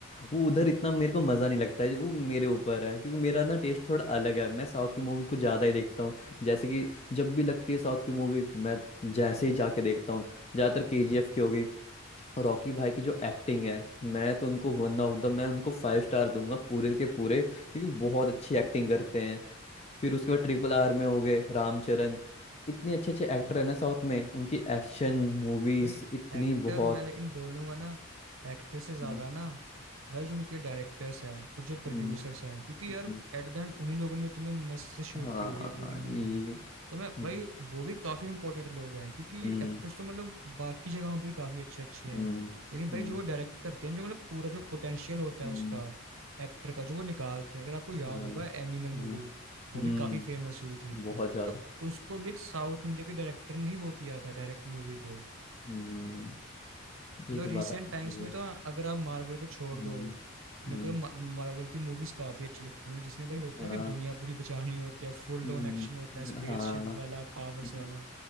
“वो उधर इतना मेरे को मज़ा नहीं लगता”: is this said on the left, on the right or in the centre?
Left